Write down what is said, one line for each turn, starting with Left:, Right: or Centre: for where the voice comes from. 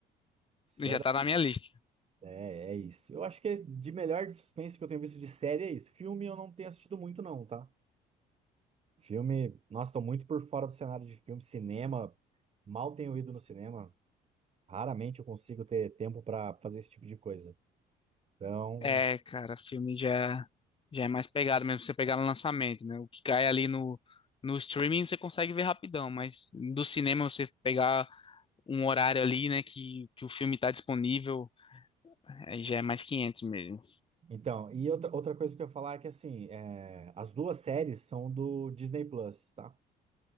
Right: Se
Left: já
Right: é, da...
Left: tá na minha lista.
Right: é, é isso. Eu acho que é de melhor de suspense que eu tenho visto de série é isso. Filme eu não tenho assistido muito, não, tá? Filme, nossa, tô muito por fora do cenário de filme. Cinema, mal tenho ido no cinema. Raramente eu consigo ter tempo pra fazer esse tipo de coisa. Então.
Left: É, cara, filme já, já é mais pegado mesmo, você pegar no lançamento, né? O que cai ali no, no streaming você consegue ver rapidão, mas do cinema você pegar um horário ali, né, que, que o filme tá disponível, aí já é mais quinhentos mesmo.
Right: Então, e outra, outra coisa que eu ia falar é que, assim, é, as duas séries são do Disney Plus, tá?